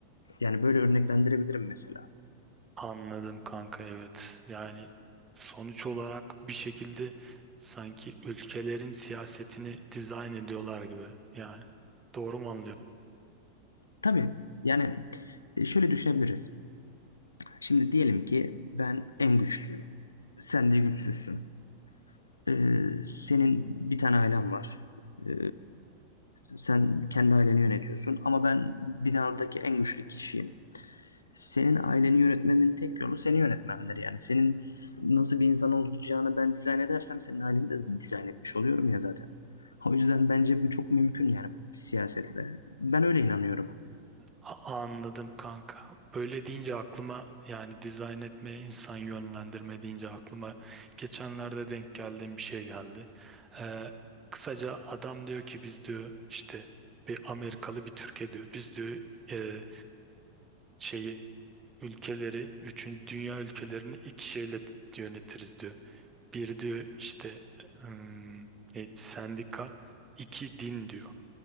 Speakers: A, on the left (about 75°); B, on the right (about 20°).
A: Yani böyle örneklendirebilirim mesela.
B: Anladım kanka evet yani sonuç olarak bir şekilde sanki ülkelerin siyasetini dizayn ediyorlar gibi yani doğru mu anlıyorum?
A: Tabii yani e, şöyle düşünebiliriz. Şimdi diyelim ki ben en güçlüyüm. Sen de güçsüzsün. Ee, senin bir tane ailen var. Ee, sen kendi aileni yönetiyorsun ama ben binadaki en güçlü kişiyim. Senin aileni yönetmemin tek yolu seni yönetmemdir. Yani senin nasıl bir insan olacağını ben dizayn edersem senin aileni de dizayn etmiş oluyorum ya zaten. O yüzden bence bu çok mümkün yani siyasetle. Ben öyle inanıyorum.
B: A- Anladım kanka. Böyle deyince aklıma yani dizayn etme, insan yönlendirme deyince aklıma geçenlerde denk geldiğim bir şey geldi. Ee, kısaca adam diyor ki biz diyor işte bir Amerikalı bir Türkiye diyor. Biz diyor e, şeyi ülkeleri, üçüncü dünya ülkelerini iki şeyle yönetiriz diyor. Bir diyor işte hmm, neydi, sendika, iki din diyor.